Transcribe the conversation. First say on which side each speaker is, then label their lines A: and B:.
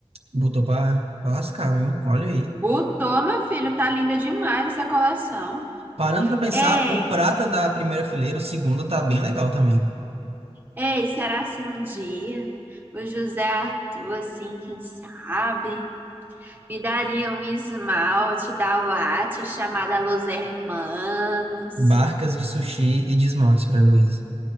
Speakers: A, on the right; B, on the right.
A: botou pra, pra lascar, viu? Olha aí.
B: Botou, meu filho, tá linda demais essa coleção.
A: Parando pra pensar,
B: É,
A: o prata da primeira fileira, o segundo, tá bem legal também.
B: Ei, será se um dia o José Arthur, assim, quem sabe, me daria um esmalte da Watch chamada Los Hermanos?
A: Barcas de sushi e de esmaltes pra Heloísa.